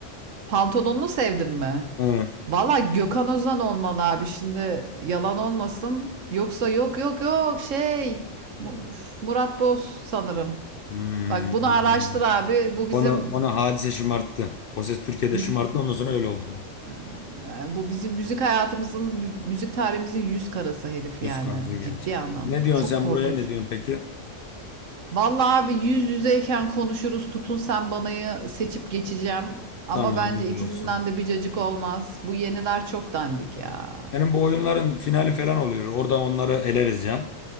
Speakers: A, on the right; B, on the left.
A: Pantolonunu sevdim mi?
B: Ha.
A: Valla Gökhan Özen olmalı abi şimdi yalan olmasın. Yoksa yok yok yok şey Mu- Murat Boz sanırım.
B: Hmm.
A: Bak bunu araştır abi. Bu bizim
B: Ona, ona hadise şımarttı. O ses Türkiye'de
A: mü-
B: şımarttı. Ondan sonra öyle oldu.
A: yani yani bu bizim müzik hayatımızın mü- müzik tarihimizin yüz karası herif
B: Yüz
A: yani
B: karası gerçekten.
A: ciddi anlamda.
B: Ne diyorsun
A: Çok
B: sen
A: korkunç
B: buraya ne diyorsun
A: bir.
B: peki?
A: Valla abi yüz yüzeyken konuşuruz. Tutun sen banayı seçip geçeceğim. Ama
B: Tamam
A: bence ikisinden
B: öyle olsun.
A: de bir cacık olmaz. Bu yeniler çok dandik ya.
B: Yani bu oyunların finali falan oluyor. Oradan onları eleriz ya.